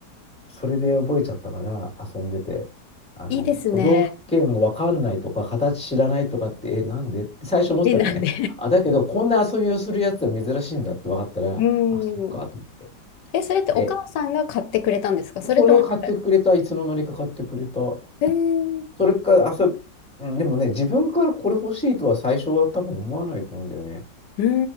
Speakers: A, in the centre; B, on the left (about 75°).
A: それで覚えちゃったから遊んでて、あの、
B: いいですね。
A: 都道府県わかんないとか、形知らないとかって、え、なんでって最初思ってたのね。
B: いいなんで。
A: あ、だけど、こんな遊びをするやつは珍しいんだって分かったら、
B: <laughs> うーん。
A: あ、そっか、と思って。
B: え、それってお母さんが買ってくれたんですかそれともなんか、
A: で、それを買ってくれた、いつの間にか買ってくれた。
B: えー、
A: それから、遊び、うんでもね、自分からこれ欲しいとは最初は多分思わないと思うんだよね。
B: うー